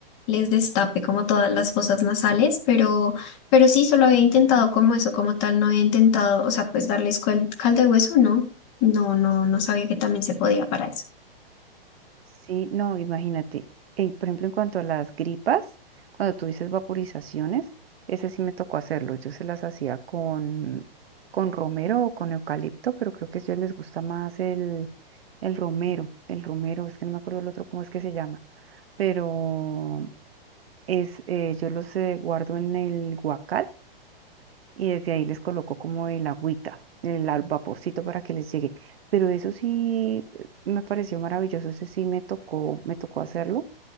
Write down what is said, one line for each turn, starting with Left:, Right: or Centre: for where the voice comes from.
Left: les destape como todas las fosas nasales, pero, pero sí, solo había intentado como eso, como tal, no había intentado, o sea, pues darles cuel- caldo de hueso, no, no, no, no sabía que también se podía para eso.
Right: sí, no, imagínate. En- por ejemplo, en cuanto a las gripas, cuando tú dices vaporizaciones, ese sí me tocó hacerlo. Yo se las hacía con, con romero o con eucalipto, pero creo que a ellos les gusta más el, el romero. El romero, es que no me acuerdo el otro cómo es que se llama. pero es, eh, yo los eh, guardo en el guacal y desde ahí les coloco como el agüita, el al vaporcito para que les llegue. Pero eso sí eh, me pareció maravilloso, ese sí me tocó, me tocó hacerlo